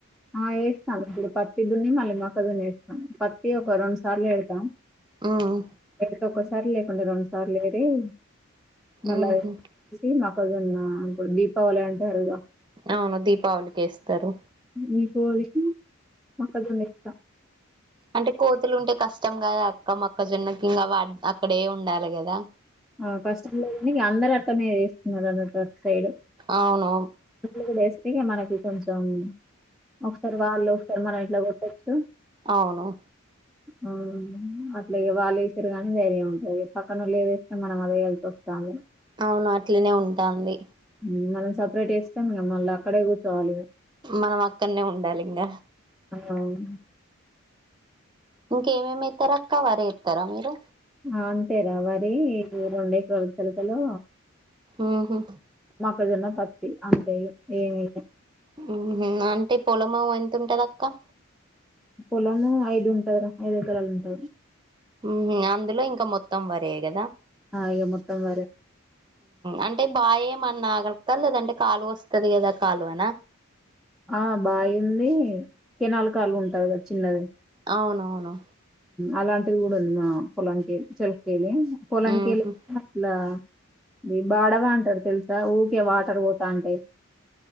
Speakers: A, in the centre; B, on the right.
A: ఆ వేస్తాను ఇప్పుడు పత్తి దున్ని మళ్ళీ మొక్కజొన్న వేస్తాం పత్తి ఒక రెండు సార్లు ఎసాం
B: ఉమ్
A: ఎంట ఒక్కసారి లేకుండా రెండు సార్లు <unintelligible> మళ్ళా
B: ఉహు
A: ఇది మక్కజోన్న అంటే దీపావళి అంటారు గా
B: అవును దీపావళికి వేస్తారు
A: దీపావళి కి మొక్కజొన్న ఎస్తా
B: అంటే కోతులు ఉంటే కష్టం కదా అక్క మక్కజొన్నకి ఇంకా వా అక్కడే ఉండాలి కదా
A: ఆ కష్టం లేదని అందరు అట్టనే చేస్తున్నారు అన్నట్టు అటుసైడు
B: అవును
A: ఇట్లా కూడా ఏస్తే మనకి కొంచెం ఒకసారి వాళ్ళు ఒకసారి మనం ఇట్లా కొట్టొచ్చు
B: అవును
A: హ్మ్ అట్లా వాళ్ళు వేసిర్రు కానీ ధైర్యం సరిపోలే పక్కనోళ్ళు ఏదే కానీ మనం అదే ఏసేస్తాము
B: అవును అట్లనే ఉంటాంది
A: హ్మ్ మనం సపరేట్ ఎస్తే మనం మళ్ళ అక్కడే కూర్చోవాలి
B: మనం అక్కడనే ఉండాలి ఇంగ
A: హ్మ్
B: ఇంక ఏమేమి ఏత్తరు అక్క వరి ఏత్తరా మీరు
A: ఆ అంతేరా వరి రెండెకరాల చిలక లో
B: ఆహా
A: మొక్కజొన్న పత్తి అంతే ఏ <unintelligible>
B: హుహు అంటే పొలము ఎంత ఉంటది అక్క
A: పొలము ఐదు ఉంటారు ఐదు ఏకరాలు ఉంటాది
B: ఊహూ అందులో ఇంకా మొత్తం వరే కదా
A: ఆ ఇగ మొత్తం వరె
B: అంటే బాయి ఏమన్నా ఆగక్క లేదంటే కాలువ వస్తాది కదా కాలువానా
A: ఆ బాయి ఉంది కెనాల్ కాలువ ఉంటది కదా చిన్నది
B: అవునవును
A: అలాంటిది కూడా ఉంది మా పొలంకే చెలకేలి పొలంకీలు
B: ఉహు
A: అలా ఇ బాడవా అంటారు తెలుసా ఊరికే వాటర్ పోతంటాయి